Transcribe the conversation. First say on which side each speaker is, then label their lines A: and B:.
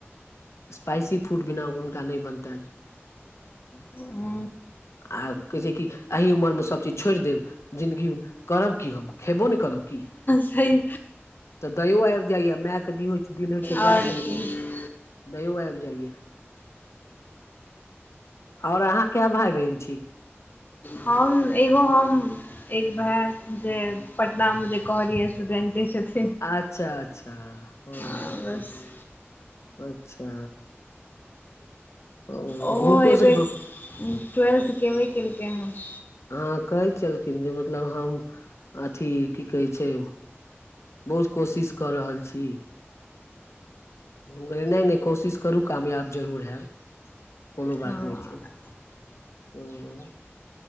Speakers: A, on the left; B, on the left.
A: स्पाइसी फूड बिना हुनका नहि बनता।
B: हु
A: आ कहै छैय की एही उमर में सब चीज छोड़ि देब जिंन्दगी करब की हम खेबो ने करब। की
B: सही
A: तऽ दयो आबि जाइया मायके दिन दिल होइ छैय
B: आओर
A: गाय सनक।
B: की
A: दयो आबि जाइया आओर अहाँ कय भाय बहिन छी
B: हम एगो हम एक भाय जे पटना मे जे कहलियै स्टूडेंटे छथिन।
A: अच्छा अच्छा हँ
B: बस
A: अच्छा। हुनको
B: ओहो एहिबेर
A: सब
B: ट्वेल्थ कबे केलकै हन।
A: हँ कहै छलखिन जे मतलब हम अथी की कहै छैय बहुत कोशिश कऽ रहल छी। कहलियै नहि नहि कोशिश करू कामयाब जरूर हैब। कोनो बात
B: हँ
A: नहि छैय हँ।